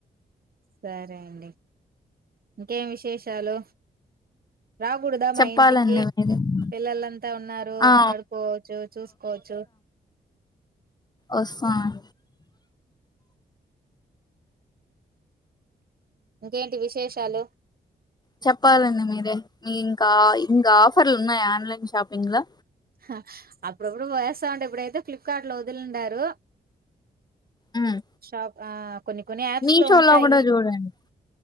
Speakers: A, on the right; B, on the left.
A: సరే అండి ఇంకేం విశేషాలు రాకూడదా మా
B: చెప్పాలండి
A: ఇంటికి
B: మీరే
A: పిల్లలంతా ఉన్నారు
B: ఆ
A: ఆడుకోవచ్చు, చూసుకోవచ్చు.
B: ఓస్తాం
A: ఇంకేంటి విశేషాలు
B: చెప్పాలండి మీరే మీ ఇంకా ఇంగా ఆఫర్లు ఉన్నాయా ఆన్లైన్ షాపింగ్ లో
A: హా అప్పుడప్పుడు పోయిస్తాఉంటా ఇప్పుడైతే ఫ్లిప్కార్ట్ లో వదిలిండారు
B: ఉమ్.
A: షాప్ ఆ కొన్ని కొన్ని యాప్స్
B: మీషోలో
A: లో ఉంటాయి
B: కూడా చూడండి